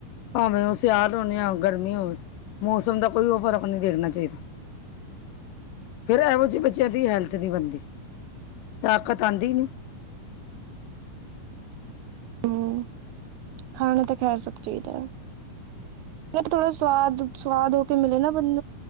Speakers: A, on the left (about 80°); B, on the right (about 75°).
A: ਭਾਵੇਂ ਉਹ ਸਿਆਲ ਹੋਦੇ ਆ ਗਰਮੀ ਹੋਵੇ ਮੌਸਮ ਦਾ ਕੋਈ ਉਹ ਫਰਕ ਨਹੀਂ ਦੇਖਣਾ ਚਾਹੀਦਾ ਫਿਰ ਇਹੋ ਜਿਹੇ ਬੱਚਿਆਂ ਦੀ ਹੈਲਥ ਨਹੀਂ ਬਣਦੀ ਤਾਕਤ ਆਉਂਦੀ ਨਹੀਂ
B: ਹੂੰ ਖਾਣਾ ਤਾਂ ਖੈਰ ਸਭ ਚਾਹੀਦਾ ਹੈ ਥੋੜਾ ਸਵਾਦ ਸਵਾਦ ਹੋ ਕੇ ਮਿਲੇ ਨਾ ਬੰਨ